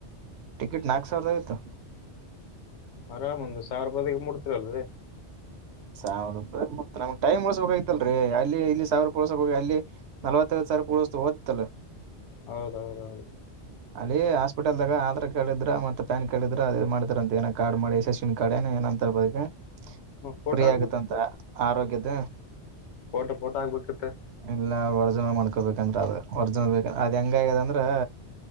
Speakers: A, on the right; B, on the left.
A: ಟಿಕೆಟ್ ನಾಲ್ಕ ಸಾವರದ ಐವತ್ತು.
B: ಆರಾಮಂದು ಸಾವಿರೂಪದಿಗೆ ಮುಡ್ತಿರಲ್ದದೆ.
A: ಸಾವಿರ ರ ನಮ ಟೈಮ್ ಉಳಸಕ ಆಐತಲ್ರರಿ ಅಲ್ಲಿ ಇಲ್ಲಿ ಸಾವಿರ ರಪಳಸಕ ಹೋಗಿ ಅಲ್ಲಿ. ನಲ್ವತ್ತೈ ಸರ ಪುಸತ ಹೊದತಲ್ಲ.
B: ಹೌದೌದೌದು
A: ಅಲ್ಲಿ ಹಾಸ್ಪಿಟಲ್ದಾಗ ಆಧಾರ್ ಕಾರ್ಡ್ ಇದ್ರ ಮತ್ತ ಪ್ಯಾನ್ ಕಾರ್ ಇದ್ರ ಅದು ಮಾಡ್ತಾರ ಅಂತ ಏೋ ಕಾರ್ಡ್ ಮಾಡಿ ಎಸಸ್ ಕಾರ್ ಏ ಏ.
B: ಫೋಟೋ
A: ಫ್ರೀ
B: ಹಾಕ್ಬೇಕಿತ್ತ
A: ಆಗತ್ತ ಅಂತ ಆರೋಗ್ಯದ.
B: ಫೋಟೋ ಫೋಟೋ ಆಗ್ಬೇಕಿತ್ತ.
A: ಇಲ್ಲ ಒರ್ಜಿನಲ್ ಮಾಡ್ಕೊಬೇಕಂದ್ರ ಅದ ಒರ್ಜಿನಲ್ ಬೇಕಂದ್ರ ಅದ ಹೆಂಗ ಆ್ಯದ ಅಂದ್ರೆ.